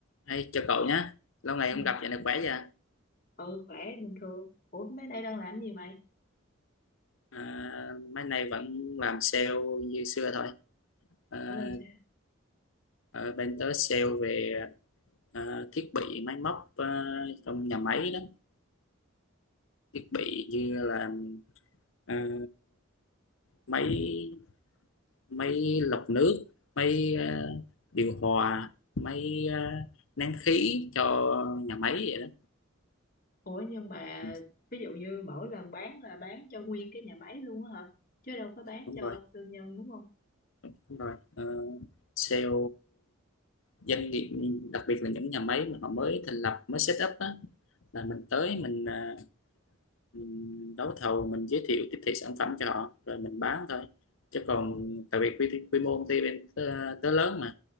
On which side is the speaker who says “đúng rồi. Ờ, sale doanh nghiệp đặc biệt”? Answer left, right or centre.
Left